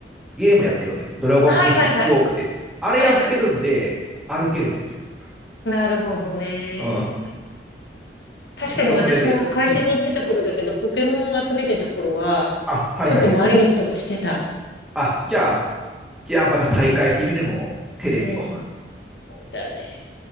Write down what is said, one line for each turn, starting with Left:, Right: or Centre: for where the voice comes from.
Centre: ゲームやってるんですよ。ドラゴンクエスト多くて。
Left: はいはいはい。
Centre: あれやってるんで、
Left: はいはい。
Centre: 歩けるんですよ。
Left: なるほどね。
Centre: うん
Left: 確かに私も会社に行ってた頃だけど、
Centre: ずっとそれでやってます。うん。
Left: ポケモンを集めてた頃は、
Centre: あ、はいはいはい。
Left: ちょっと回り道とかしてた。
Centre: あ、じゃあ、じゃあまた再開してみるのも手ですよ。
Left: うん、そうだね。